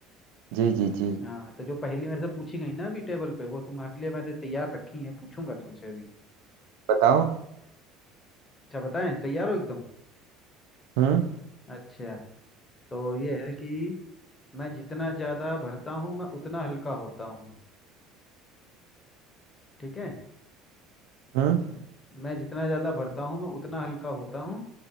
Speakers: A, on the right; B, on the left.
A: जी जी जी
B: हाँ तो जो पहेली मेरे से पूछी गई ना अभी टेबल पे वो तुम्हारे लिए मैंने तैयार रखी है पूछूंगा तुमसे अभी
A: बताओ
B: अच्छा बताएं तैयार हो एकदम
A: हम्म
B: अच्छा तो ये है कि मैं जितना ज़्यादा भरता हूँ मैं उतना हल्का होता हूँ ठीक है
A: हम्म
B: मैं जितना ज़्यादा भरता हूँ मैं उतना हल्का होता हूँ